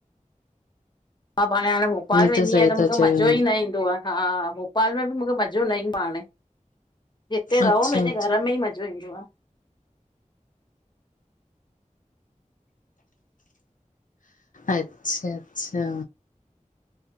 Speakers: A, on the left; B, on the left.
A: मां पाण हाणे भोपाल
B: ही
A: वेंदी
B: सही
A: आहियां, त
B: था
A: मुंखे
B: चयो
A: मज़ो ई न ईंदो आ। हा भोपाल में बि मुंखे मज़ो न ईंदो हाणे, हिते
B: अच्छा
A: रहो पंहिंजे
B: अच्छा
A: घरु में ई मज़ो झुनझो आ।
B: अच्छा -अच्छा